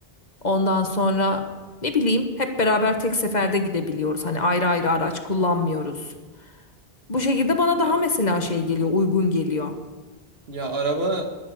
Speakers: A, on the left; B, on the right.
A: Ondan sonra ne bileyim hep beraber tek seferde gidebiliyoruz. Hani ayrı ayrı araç kullanmıyoruz. Bu şekilde bana daha
B: Ya,
A: mesela şey geliyor uygun geliyor.
B: ya araba